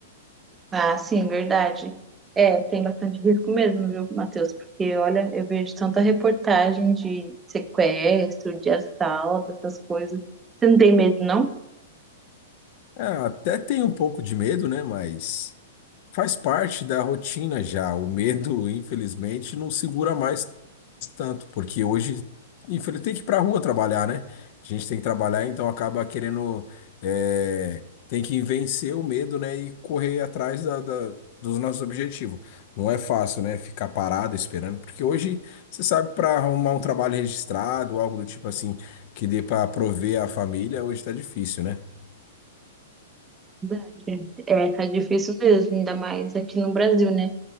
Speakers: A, on the right; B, on the left.
A: Ah, sim, verdade. É, tem bastante risco mesmo, viu, Matheus? Porque, olha, eu vejo tanta reportagem de sequestro, de assalto, essas coisas. Você não tem medo, não?
B: É, até tem um pouco de medo, né? Mas. Faz parte da rotina já. O medo, infelizmente, não segura mais tanto, porque hoje, infelizmente, tem que ir pra rua trabalhar, né? A gente tem que trabalhar, então acaba querendo, é, tem que vencer o medo, né? E correr atrás da, da- dos nossos objetivos. Não é fácil, né? Ficar parado esperando, porque hoje, você sabe, para arrumar um trabalho registrado, algo do tipo assim, que dê para prover a família, hoje tá difícil, né?
A: Verdade. É, tá difícil mesmo, ainda mais aqui no Brasil, né?